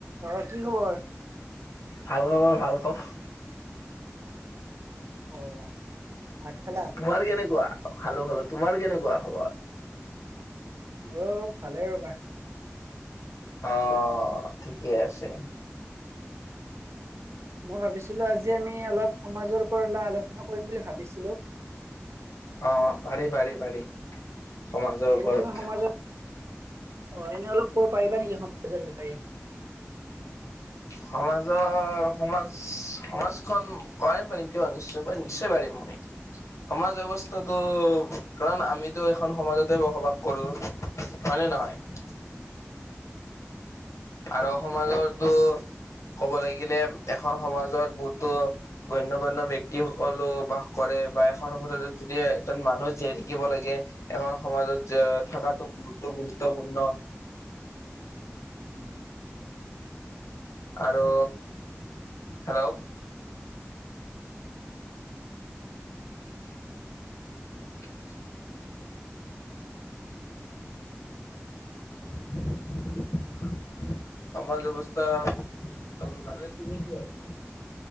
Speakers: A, on the right; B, on the left.
A: ঘৰত কি খবৰ?
B: ভাল খবৰ, ভাল খবৰ।
A: অ ভাত খালা?
B: তোমাৰ কেনেকুৱা? খালো খালো। তোমাৰ কেনেকুৱা খবৰ?
A: মোৰো ভালেই ৰ'বা।
B: অহ ঠিকে আছে।
A: মই ভাবিছিলো আজি আমি অলপ সমাজৰ ওপৰত অলপ আলোচনা কৰিম বুলি ভাবিছিলো।
B: অহ পাৰি পাৰি পাৰি। সমাজৰ ওপৰত
A: এনে তুমি সমাজত অ এনে অলপ ক'ব পাৰিবা নেকি সমাজৰ বিষয়ে?
B: সমাজৰ সমাজ সমাজখন পাৰিম পাৰিম কিয় নিশ্চয় পাৰিম নিশ্চয় পাৰিম মই। সমাজ ব্যৱস্থাটো কাৰণ আমিতো এখন সমাজতে বসবাস কৰো। হয় নে নহয়? আৰু সমাজৰটো ক'ব লাগিলে এখন সমাজত বহুতো গণ্য গণ্য ব্যক্তিসকলো বাস কৰে বা এখন সমাজত যদি এজন মানুহ জীয়াই থাকিব লাগে এখন সমাজত যে থকাটো বহুত বহুতো গুৰুত্বপূৰ্ণ।
A: উম
B: আৰু হেল্ল'! <inaudible> <inaudible> সমাজ ব্যৱস্থা গুৰুত্বপূৰ্ণ তুমি কি ভাবা?